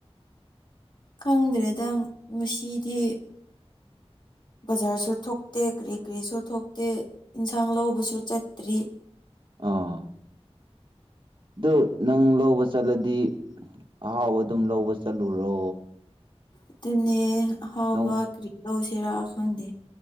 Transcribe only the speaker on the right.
ꯑꯥ ꯑꯗꯨ ꯅꯪ ꯂꯧꯕ ꯆꯠꯂꯗꯤ ꯑꯍꯥꯎꯕ ꯑꯗꯨꯝ ꯂꯧꯕ ꯆꯠꯂꯨꯔꯣ
ꯅꯣꯡ